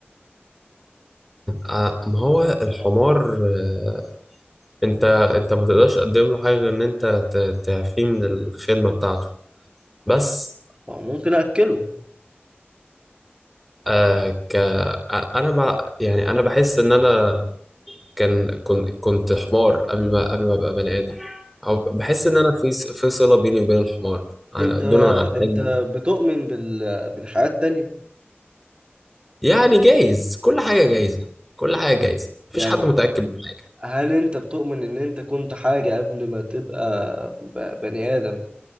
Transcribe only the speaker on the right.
ما هو ممكن اكله
انت
انت
بتؤمن بال... بالحياة التانية
يعني
هل انت بتؤمن ان انت كنت حاجة قبل ما تبقى ب- بني آدم